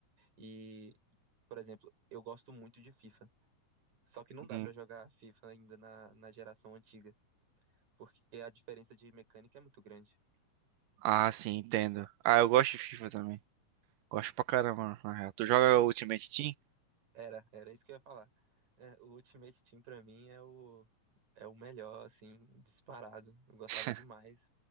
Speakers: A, on the right; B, on the right.
A: E, por exemplo, eu gosto muito de FIFA. Só que não
B: Uhum.
A: dá pra jogar FIFA ainda na, na geração antiga, porque a diferença de mecânica é muito grande.
B: Ah, sim, entendo. Ah, eu gosto de FIFA também. Gosto pra caramba, na real. Tu joga Ultimate Team?
A: Era, era isso que eu ia falar. É, o Ultimate Team pra mim é o é o melhor assim, disparado. Eu gostava
B: <laughs>
A: demais.